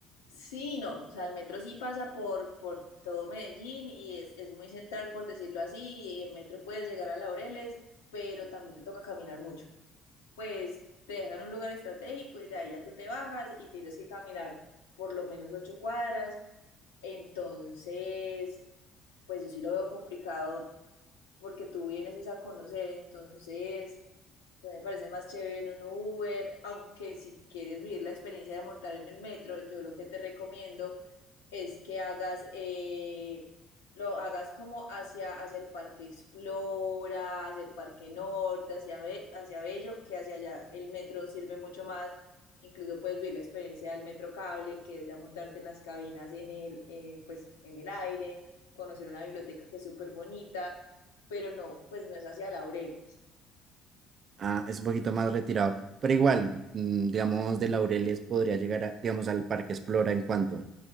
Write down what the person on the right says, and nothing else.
Ah, es un poquito más retirado, pero igual, mm, digamos, de Laureles podría llegar, a- digamos, al Parque Explora en cuanto,